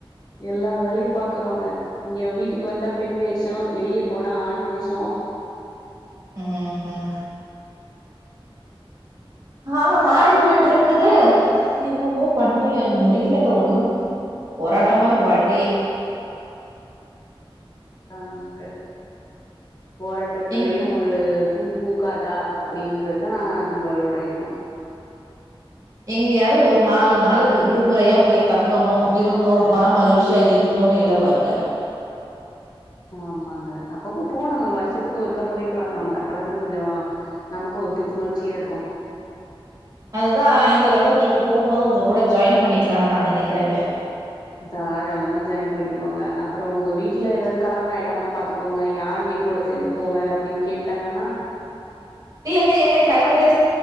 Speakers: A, on the left; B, on the right.
A: எல்லா வேலையு பாக்குறோங்க இங்க வீட்டுக்கு வந்தா பெண் வேஷோ வெளியே போனா ஆண் வேஷோ
B: ம்ஹூ ஹூம் காலோ மாறி போயிட்டு இருக்குது என்னவோ பண்ணு முடியலங்க ஒண்ணும் போராட்டமா இருக்கு வாழ்க்கையே
A: ஆமாங்க போராட்டத்திலயு
B: எங்க
A: ஒரு பூ பூக்காதா அப்டின்றதுதா நம்மளோட எண்ணோ
B: எங்கேயாவது ஒரு நாலு நாளுக்கு விடுமுறையா போய் தங்கணோ இருந்தோ மன மகிழ்ச்சியா இருந்தோன்னு இல்ல பாருங்க
A: ஆமாங்க அப்பப்ப போனுங்க வருஷத்துக்கு ஒருக்கா போயிட்டு வரணோங்க அப்பதாங்க கொஞ்சோ நமக்கு ஒரு புத்துணர்ச்சியா இருக்கு
B: அதுதான் இந்த தடவை நீங்க போம்போது உங்க கூட ஜாயின் பண்ணிக்கலா நான் நினைக்கிறேங்க
A: தாராளமா ஜாயின் பண்ணிக்கோங்க அப்புறம் உங்க வீட்ல ஏதாவது கலவர ஆகிடாம பாத்துக்கோங்க யார் வீட்டோட சேர்ந்து போவே அப்படின்னு கேட்டாங்கன்னா
B: இல்லலைங்க எங்க கணவரே